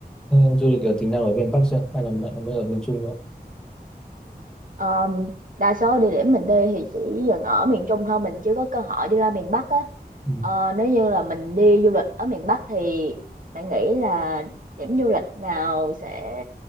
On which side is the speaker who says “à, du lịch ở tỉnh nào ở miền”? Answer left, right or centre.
Centre